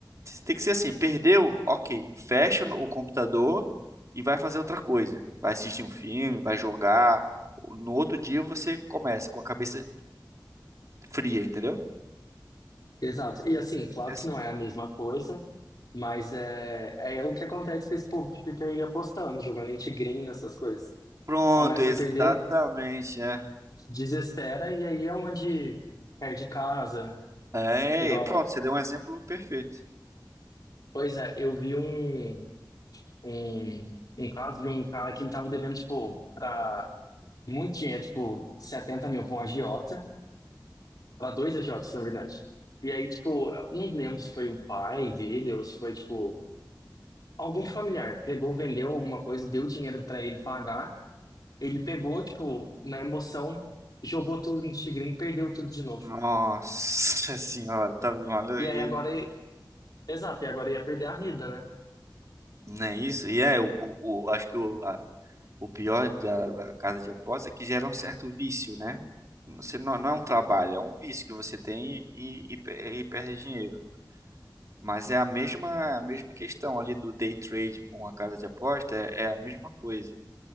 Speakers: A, on the right; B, on the left.
A: tem que ser assim, perdeu? Ok, fecha o computador e vai fazer outra coisa. Vai assistir um filme, vai jogar. No outro dia você começa com a cabeça fria, entendeu?
B: Exato. E assim,
A: Tem
B: claro
A: que ser assim.
B: que não é a mesma coisa, mas é, é o que acontece com esse povo que fica aí apostando, jogando em tigrinho, essas coisas.
A: Pronto,
B: Começa
A: exatamente,
B: a perder,
A: é.
B: desespera, e aí é onde perde casa.
A: É,
B: Igual,
A: é, e pronto, você deu um exemplo perfeito.
B: pois é, eu vi um, um, um caso de um cara que ele tava devendo, tipo, pra muito dinheiro, tipo, 70 mil pra um agiota, pra dois agiotas, na verdade. E aí, tipo, eu não lembro se foi um pai dele ou se foi, tipo. Algum familiar pegou, vendeu alguma coisa, deu dinheiro pra ele pagar. Ele pegou, tipo, na emoção, jogou tudo no tigrinho, perdeu tudo de novo.
A: Nossa <laughs> senhora, tá, olha aí,
B: E aí agora, ele- exato, e agora ia perder a vida, né?
A: não é isso? E é, o, o- o- acho que o, O pior da, da casa de aposta é que gera um certo vício, né? Você não, não é um trabalho, é um vício que você tem e, e, pe- e perde dinheiro. Mas é a mesma, a mesma questão ali do day trade com a casa de aposta, é, é a mesma coisa.